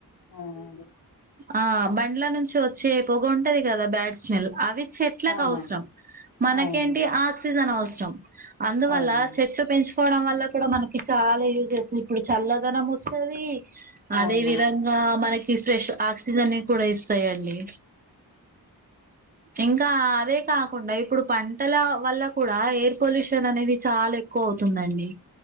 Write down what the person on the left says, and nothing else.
అవునా అండి
అవునండి
అవును
అవునండి
అవునండి